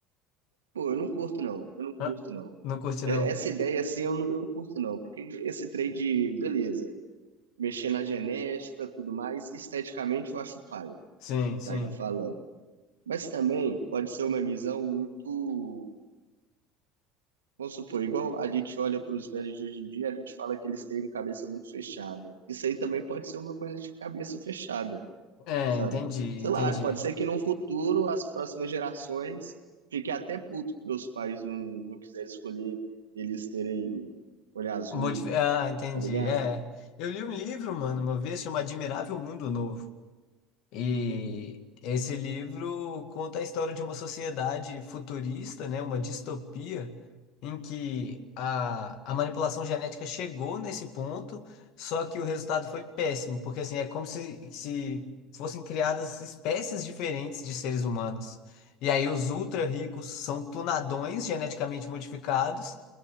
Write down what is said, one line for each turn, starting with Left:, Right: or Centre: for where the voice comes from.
Right: Pô, eu não curto, não. Eu não curto,
Left: Ah,
Right: não.
Left: Não curte,
Right: É-
Left: não?
Right: Essa ideia assim eu não, eu não curto, não. Porque esse trade, beleza. Mexer na genética, tudo mais, esteticamente eu acho paia.
Left: Sim, sim.
Right: Traga falando. Mas também pode ser uma visão muito. Vamos supor, igual a gente olha para os velhos de hoje em dia, a gente fala que eles têm cabeça muito fechada. Isso aí também pode ser uma coisa de cabeça fechada,
Left: É,
Right: sabe?
Left: entendi,
Right: Sei
Left: entendi.
Right: lá, pode ser que no futuro as próximas gerações fiquem até puto porque os pais não, não quiserem escolher por eles terem olho azul,
Left: Modif- Ah, entendi.
Right: tá ligado?
Left: É. Eu li um livro, mano, uma vez, chama Admirável Mundo Novo. E
Right: Uhum.
Left: esse livro conta a história de uma sociedade futurista, né, uma distopia, em que a, a manipulação genética chegou nesse ponto, só que o resultado foi péssimo, porque assim, é como se, se fossem criadas espécies diferentes de seres humanos. E aí os ultra ricos são tunadões geneticamente modificados,